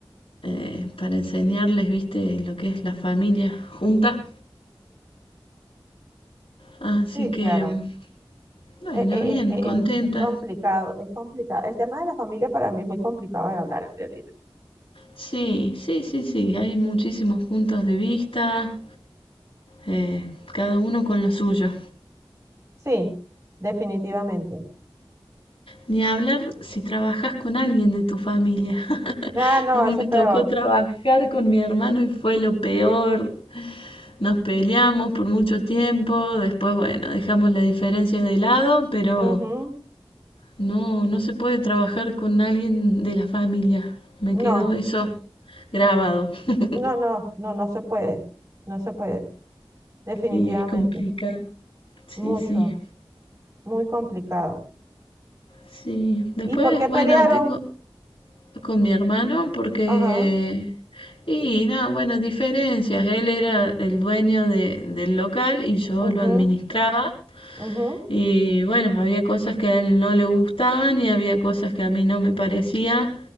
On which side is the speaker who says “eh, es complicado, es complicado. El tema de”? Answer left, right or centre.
Right